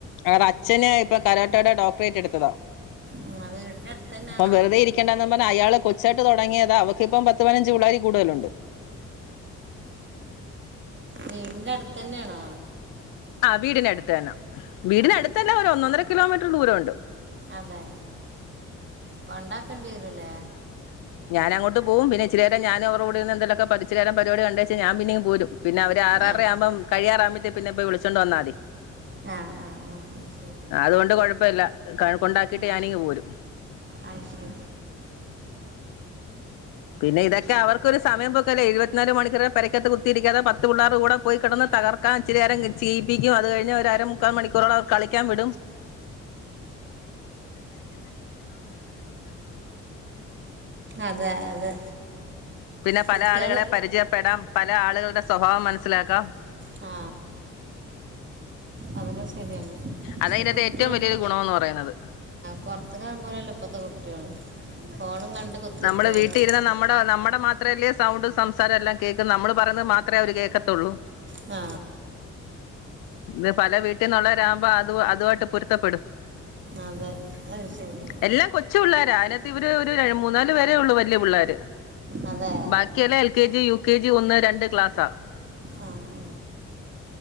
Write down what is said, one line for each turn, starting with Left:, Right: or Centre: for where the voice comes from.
Left: അവടെ അച്ഛന് ഇപ്പൊ കരോട്ടയുടെ ഡോക്ടറേറ്റ് എടുത്തതാ
Right: ഉം, ആ വീടിൻ്റെ അടുത്ത് തന്നെയാണോ
Left: അപ്പം വെറുതെ ഇരിക്കേണ്ടന്ന പറഞ്ഞ അയാള് കൊച്ച ടങ്ങിയതാ അവക്ക് ഇപ്പ പത്ത് പതിനഞ്ച് പിള്ളാര് കൂടുതലുണ്ട്
Right: വീടിന്റെ അടു തന്നെയാണോ
Left: വീടിനടുത്താണ് വീടിനടുത്തല്ല
Right: അതെ ശരി
Left: ഒരു ഒന്നൊന്നര കിലോമീറ്റർ ദൂരണ്ട്
Right: അതെ കൊണ്ട വരുലെ
Left: ഞാന അങ്ങോട്ട പോവും പിന്ന ഇച്ചിരിനേരം ഞാനും അവരുടെകൂടെ ന്ന് എന്തെക്ക പഠിച്ച പരിപാടി കണ്ടുവച്ച ഞാൻ പിന്നെ ഇങ് പോരും പിന്നെ അവര് ആറആറര
Right: ആ
Left: ആകുമ്പം കഴിയാറ പിന്നെപ്പോ വിളിച്ചോണ്ട് വന്നാ മതി
Right: ആ ആ ആ ശരി
Left: അതുകൊണ്ട് കൊഴപ്പമില്ല, കൊണ്ടാക്കിട്ട്
Right: ആ
Left: ഞാനിങ് പോരും
Right: അത് ശരി
Left: പിന്നെ ഇതൊക്കെ അവർക്കൊരു സമയം പൊക്കല്ലേ ഇരുപത്തിനാല് മണിക്കൂറെ പരരിക്കത്ത് കുത്തിയിരിക്കാതെ പത്ത് പിള്ളേർ കൂടെ പോയി കിടന്ന് തകർക്കാൻ ഇച്ചിരി നേരം ചെയിപ്പിക്കും അത് കഴിഞ്ഞഞ് ഒരര മുക്കാല് മണിക്കൂറോട് അവർക്ക് കളിക്കാൻ വി
Right: അതെ അതെ
Left: പിന്നെ
Right: കുട്ടികൾ
Left: പല ആളുകളെ പരിചയപ്പെടാം പല ആളുകളുടെ സ്വഭാവം മനസ്സിലാക്കാം
Right: ആ അവരെ ശരിയാണ് ഇപ്പത്തെ
Left: അതാ ഇതിനകത്തെ
Right: കുട്ട്യോളെ
Left: ഏറ്റവും വലിയൊരു
Right: പൊ
Left: ഗുണമെന്ന് പറയുന്നത്
Right: പുറത്ത് ഫോണും കണ്ട് കുത്തിരിക്കുക
Left: നമ്മള് വീട്ടിലിരുന്ന്നമ്മുടെ
Right: ഒത്തു
Left: നമ്മുടെ മാ മാത്രല്ലേ സൗണ്ട് സംസാരം എല്ലാം കേൾക നമ്മള് പറഞ്ഞത് മാത്രമേ അവര് കേൾക്കത്തുള്ളൂ
Right: ആ
Left: ഇന്ന്പല വീട്ടിൽന്നുള്ളവരാകുമ്പോ അത് അതുമായിട്ട് പൊരുത്തപ്പെടും
Right: അതെ അത് ശരി
Left: എല്ലാം കൊച്ചു പിള്ളോരാ അതിനകത്ത് ഇവര് ഒരു മൂന്നാല് പരേ ഉള്ളൂ വലിയ പിള്ളേര്
Right: അതെ
Left: ബാക്കിയെല്ലാംഎൽ K G U K L K G ഒന്ന് രണ്ട് ക്ലാസ്സാ
Right: ആ ആ.